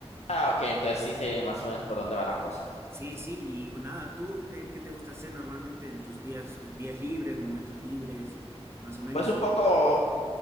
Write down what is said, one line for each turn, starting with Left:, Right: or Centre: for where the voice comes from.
Left: Ah, ok, entonces sí sé más o menos por dónde va la cosa.
Right: Sí, sí, y nada, ¿tú qué, qué te gusta hacer normalmente en tus días, eh, días libres, momentos libres, más o menos?
Left: Pues un poco